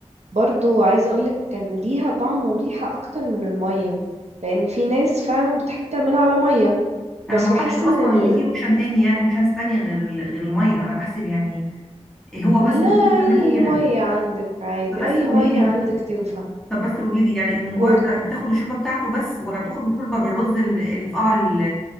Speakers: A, on the right; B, in the centre.
A: برضو عايزة اقولك كان ليها طعم وريحة اكتر من المية لان في ناس فعلا بتحب تعملها على مية
B: انا
A: بس
B: ما
A: بحس
B: اعرفش اصلا
A: ان ال...
B: ان في اوبشن تاني يعني اوبشنز تانية غير ال- غير الميه انا بحسب يعني هو
A: لا
B: بس الناس كلها بتعملها
A: اي
B: كده
A: مية عندك عادي
B: طب بس
A: اي
B: قولي
A: مية
B: لي
A: عندك تنفع
B: طب بس قولي لي يعني الممبار
A: قولي
B: ده بتاخد الشوربه بتاعته بس ولا بتاخد الشوربه بالرز ال- اللي في قعر ال-